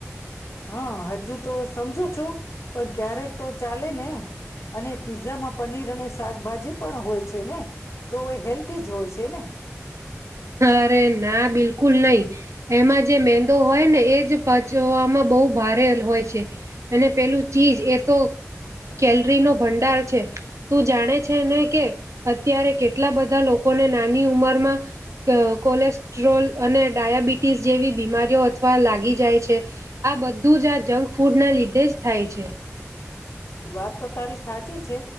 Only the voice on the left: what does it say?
હા હજુ તો સમજુ છું. પણ ક્યારે તો ચાલે ને, અને પીઝામાં પનીર અને... શાકભાજી પણ હોય છે ને, તો હેલ્ધી જ હોય છે ને.
વાત તો તારી સાચી છે,